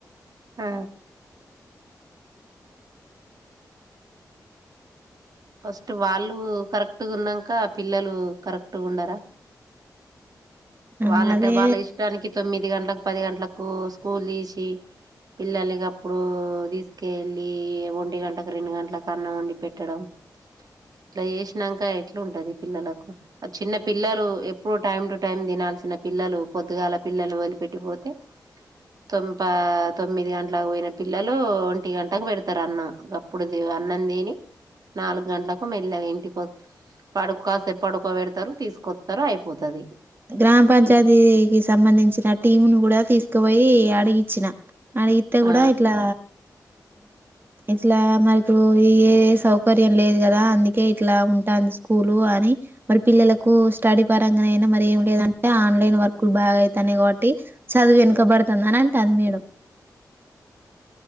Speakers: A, on the right; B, on the right.
A: ఆ ఫస్ట్ వాళ్ళు కరెక్ట్ గున్నాక పిల్లలు కరెక్ట్గా ఉన్నారా
B: అన్నా
A: వాళ్ళంటే
B: అదే
A: వాళ్ళ ఇష్టానికి తొమ్మిది గంటలకు పది గంటలకు స్కూల్ తీసి పిల్లల అప్పుడు తీసుక వెళ్ళి ఒంటి గంటలకు రెండు గంట అన్న వండి పెట్టడం ఇట్లా చేసినక ఎట్లాంటది పిల్లలకు చిన్న పిల్లలు ఎప్పుడు టైమ్ టు టైమ్ తినల్సిన పిల్లలు పొద్దుగాల పిల్లలు వదిలిపెట్టిపోతే తొం తొమ్మిది గంటలకు పోయిన పిల్లలు ఒంటి గంటకు పెడతారు అన్నం అప్పుడు అన్నం తిని నాలుగు గంటలకు మెల్లిగా ఇంటికిస్త పడు కాస్తేపు పడుకోబెడతారు తీసుకొస్తారు అయిపోతుంది
B: గ్రామ పంచాయతీకి సంబంధించిన టీంను కూడా తీసుకుపోయి అడిగిచ్చిన అడిగితే కూడా
A: ఆ
B: ఇట్లా ఇట్లా మనకు ఏ సౌకర్యం లేదు కదా అందుకే ఇట్లా ఉంటుంది స్కూలు అని మరి పిల్లలకు స్టడీ పరంగానయినా మరి ఏం లేదంటే ఆన్లైన్ వర్కులు బాగా అయితాయి కాబట్టి చదువు వెనుకబడుతుంది అని అంటాంది మేడం